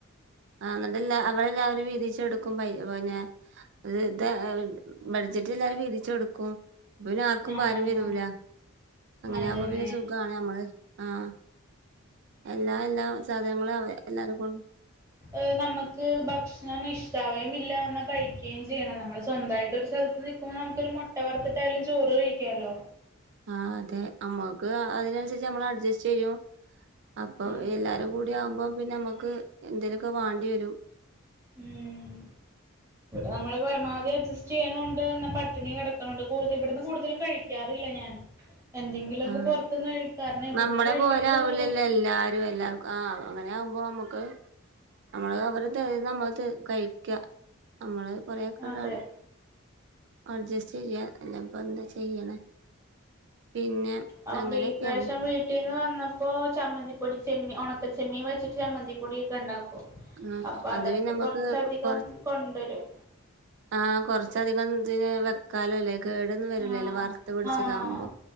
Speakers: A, on the right; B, on the right.
A: ആഹ് ഇന്നിട്ടല്ല അവടെ എല്ലാവരും വിതിച് എടുക്കും പ പിന്നെ- അത് ഇതാ ബഡ്ജറ്റ് എല്ലരും വീതിച്ച് എടുക്കും- അപ്പ പിന്നെ ആർക്കും
B: ആഹ്
A: ഭാരം വരൂല അങ്ങനെ
B: അതന്നെ
A: ആകുമ്പോ പിന്നെ സുഗാ ണ് നമ്മള് ആഹ്- എല്ലാ എല്ലാ സാധനങ്ങളും അവ എല്ലാരുംകോണ്ട്-
B: എഹ് നമക്ക് ഭക്ഷണം ഇഷ്ടാവയും ഇല്ല എന്ന കഴിക്കുകയും ചെയ്യണം നമ്മള് സ്വന്തയിട്ട് ഒരു സ്ഥലത്ത്- ഇപ്പം നമുക്ക് ഒരു മുട്ട വർത്തിട്ടയാലും ചോറ് കഴിക്കാലോ?
A: ആഹ് അതെ നമ്മക്ക് അതിനനുസരിച്ച് നമ്മൾ അഡ്ജസ്റ്റ് ചെയ്യും അപ്പൊ
B: അതന്നെ.
A: എല്ലാരും കൂട് ടി ആവുമ്പോം പിന്നെ നമക്ക് എന്തേലുക്കെ വേണ്ടി വരും.
B: ഉം. നമ്മള് പരമാവധി അഡ്ജസ്റ്റ് ചെയ്ണൂണ്ട് എന്നാ പട്ടിണി കിടക്കണണ്ട് ക ഇവിടുന്ന് കൂടുതലും കഴിക്കാറില്ല ഞാൻ- എന്തെങ്കിലു ഒക്കെ
A: ആ
B: പുറത്തന്ന് ക കാരണം ഇവിടന്ന്
A: നമ്മളെ
B: കഴിക്കണല്ലോ
A: പോലെ ആവില്ലല്ലോ
B: നല്ലത്-
A: എല്ലാരും എല്ലാം- ആഹ് അങ്ങനെ ആവുമ്പോ നമക്ക് നമ്മള് അവര് ത നമ്മള് കഴിക്ക- നമ്മള് കൊറെയൊക്കെ ഒരാള്-
B: അതെ
A: അഡ്ജസ്റ്റ് ചെയ്യ അല്ല ഇപ്പൊ എന്താ ചെയ്യ്ണെ? പിന്നെ
B: അതുകൊണ്ട്
A: അങ്ങനെയൊക്കെയാണ്-
B: ഈ പ്രാവശ്യം വീട്ടീന്ന് വന്നപ്പോ ചമ്മന്തിപ്പൊടി ചെമ്മീ ഉണക്ക ചെമ്മീൻ വെച്ചിട്ട് ചമ്മന്തിപ്പൊടിയൊക്കെ ഇണ്ടാക്കും.
A: ആഹ്
B: അപ്പൊ
A: അത്
B: അതൊക്കെ
A: പിന്നെ നമ്മക്ക്
B: കൊറച്ചധികം
A: കൊറ
B: കൊണ്ടുവരും.
A: ആഹ് കൊറച്ചധികം ഇതിന് വെക്കാലോ അല്ലെ? കേടൊന്നും വരിലല്ലോ
B: ആഹ്
A: വാർത്ത് പിടിച്ചതാവുമ്പോ
B: ആഹ്